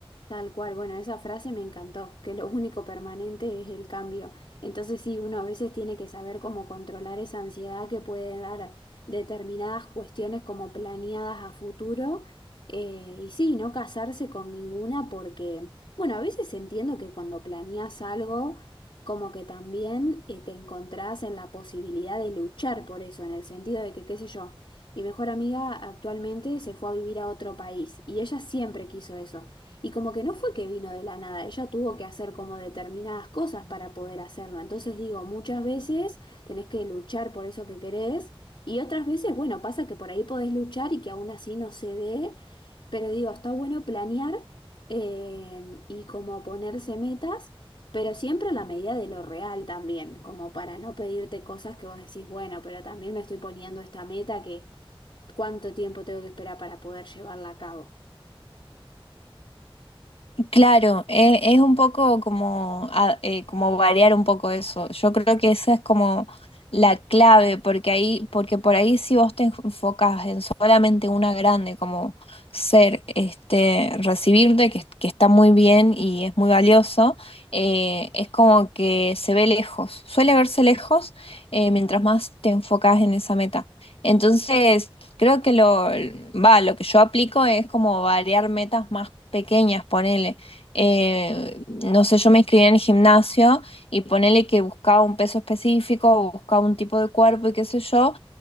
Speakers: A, on the left (about 60°); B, on the left (about 80°).
A: Tal cual, bueno, esa frase me encantó, que lo único permanente es el cambio. Entonces sí, uno a veces tiene que saber cómo controlar esa ansiedad que puede dar determinadas cuestiones como planeadas a futuro. eh, y sí, no casarse con ninguna porque, bueno, a veces entiendo que cuando planeas algo, como que también eh, te encontrás en la posibilidad de luchar por eso, en el sentido de que, qué sé yo, mi mejor amiga actualmente se fue a vivir a otro país y ella siempre quiso eso. Y como que no fue que vino de la nada, ella tuvo que hacer como determinadas cosas para poder hacerlo. Entonces digo, muchas veces tenés que luchar por eso que querés y otras veces, bueno, pasa que por ahí podés luchar y que aún así no se dé, pero digo, está bueno planear eh, y como ponerse metas, pero siempre a la medida de lo real también, como para no pedirte cosas que vos decís, bueno, pero también me estoy poniendo esta meta que cuánto tiempo tengo que esperar para poder llevarla a cabo.
B: Claro, e- es, un poco como, a- eh, como variar un poco eso. Yo creo que esa es como la clave, porque ahí, porque por ahí si vos te enfocas en solamente una grande, como ser, este, recibirte, que, que está muy bien y es muy valioso, eh, es como que se ve lejos. Suele verse lejos, eh, mientras más te enfocas en esa meta. Entonces, Creo que lo, va, lo que yo aplico es como variar metas más pequeñas, ponele eh, no sé, yo me inscribí en el gimnasio y ponele que buscaba un peso específico o buscaba un tipo de cuerpo y qué sé yo,